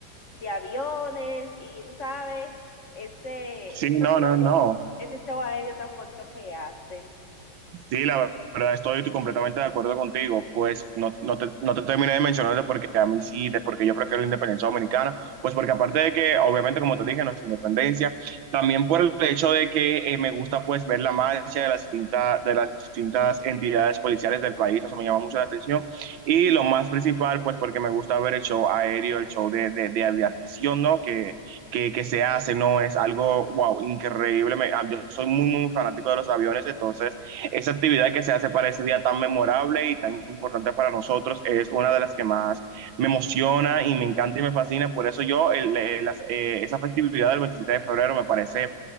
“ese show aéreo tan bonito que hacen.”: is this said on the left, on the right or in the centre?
Left